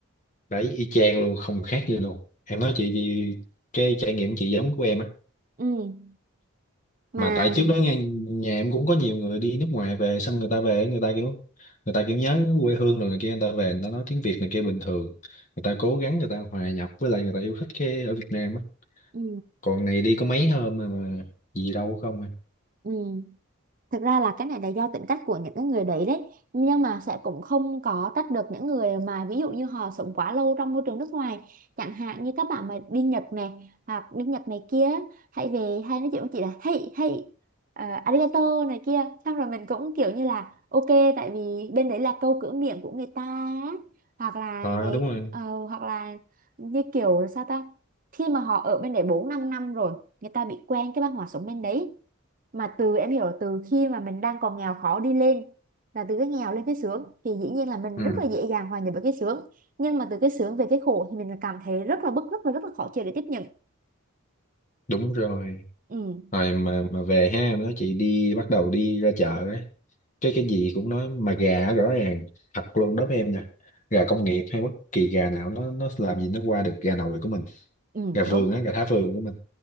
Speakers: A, on the left (about 35°); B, on the right (about 40°).
A: đấy y chang luôn không khác gì luôn em nói chị chị- cái trải nghiệm chị giống của em á
B: Ừ, mà
A: mà tại trước đó nhà, nhà em cũng có nhiều người đi nước ngoài về xong người ta về người ta kiểu người ta kiểu nhớ quê hương rồi này kia người ta về người ta nói tiếng Việt này kia bình thường người ta cố gắng người ta hòa nhập với lại người ta yêu thích cái ở Việt Nam á
B: ừ,
A: còn này đi có mấy hôm mà, mà gì đâu không à
B: ừ. Thực ra là cái này là do tính cách của những cái người đấy đấy nhưng mà sẽ cũng không có trách được những người mà ví dụ như họ sống quá lâu trong môi trường nước ngoài chẳng hạn như các bạn mà đi Nhật này hoặc đi Nhật này kia hay về hay nói chuyện với chị là hey hey ờ, arigato này kia xong rồi mình cũng kiểu như là ok tại vì bên đấy là câu cửa miệng của người ta á. hoặc là
A: à
B: ngày
A: đúng rồi
B: ờ, hoặc là như kiểu là sao ta khi mà họ ở bên đấy bốn năm năm rồi người ta bị quen cái văn hóa sống bên đấy mà từ em hiểu là từ khi mà mình đang còn nghèo khó đi lên là từ cái nghèo lên cái sướng thì dĩ nhiên là mình
A: ừ
B: rất là dễ dàng hòa nhập với cái sướng nhưng mà từ cái sướng về cái khổ thì mình là cảm thấy rất là bức rất là rất là khó chịu để tiếp nhận
A: đúng rồi
B: ừ
A: rồi mà mà về ha em nói chị đi bắt đầu đi ra chợ á cái cái gì cũng nói mà gà rõ ràng thật luôn đối với em nha gà công nghiệp hay bất kỳ gà nào nó nó làm gì nó qua được gà nội của mình
B: ừ
A: gà vườn
B: đúng
A: á gà thả vườn của mình